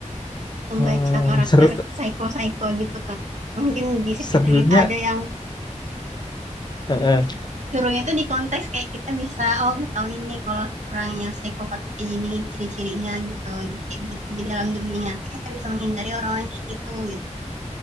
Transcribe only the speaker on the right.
membaca
karakter
psycho-psycho gitu kan. Mungkin di
sekitar kita ada yang
suruhnya tuh di konteks kayak kita bisa oh ngetahuin nih kalau orang yang psikopat seperti ini ciri-cirinya gitu. Jadi kayak di, di dalam dunia nyata kita bisa menghindari orang-orang kayak gitu gitu.